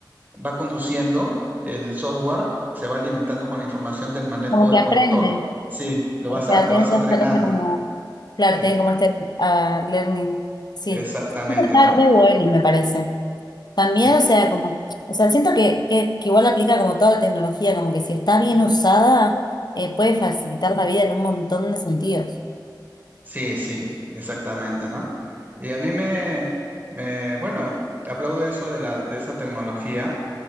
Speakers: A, on the right (about 25°); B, on the left (about 60°).
A: va conduciendo, el software se va alimentando con la información del manejo
B: como
A: del
B: que aprende.
A: conductor. Sí, lo
B: O
A: vas
B: sea,
A: a- lo
B: tiene
A: vas
B: que
A: entrenando.
B: hacer cosa como, claro,
A: Eh,
B: tiene como este ah, learning, sí.
A: exactamente,
B: Eso está
A: ¿no?
B: re bueno, me parece. También,
A: Sí,
B: o sea, como, o sea, siento que, que, que igual aplica como toda la tecnología, como que si está bien usada, eh, puede facilitar la vida en un montón de sentidos.
A: sí, sí, exactamente, ¿no? Y a mí me, me, bueno, aplaudo eso de la, de esa tecnología,